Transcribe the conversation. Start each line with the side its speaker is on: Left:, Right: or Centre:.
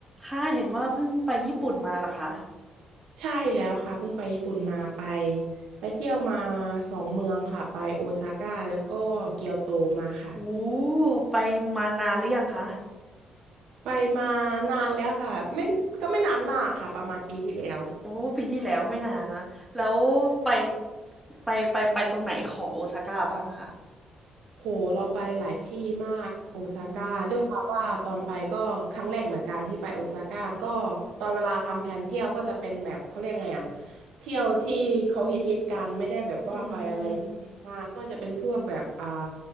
Centre: ค่ะเห็นว่าเพิ่งไปญี่ปุ่นมาเหรอคะ
Right: ใช่แล้วค่ะเพิ่งไปญี่ปุ่นมาไปไปเที่ยวมาสองเมืองค่ะไปโอซาก้าแล้วก็เกียวโตมาค่ะ
Centre: โอ้ ไปมานานหรือยังคะ
Right: ไปมานานแล้วค่ะไม่ก็ไม่นานมากค่ะประมาณปีที่แล้ว
Centre: โอ้ปีที่แล้วไม่นานนะ แล้วไปไปไปไปตรงไหนของโอซาก้าบ้างอะคะ
Right: โหเราไปหลายที่มากโอซาก้าด้วยความว่าตอนไปก็ครั้งแรกเหมือนกันที่ไปโอซาก้าก็
Centre: อุ้ย
Right: ตอนเวลาทำแผนเที่ยวก็จะเป็นแบบเขาเรียกไงอะเที่ยวที่เขาฮิตฮิตกันไม่ได้แบบว่าไปอะไรพิเศษมากก็จะเป็นพวกแบบอ่า
Centre: อืม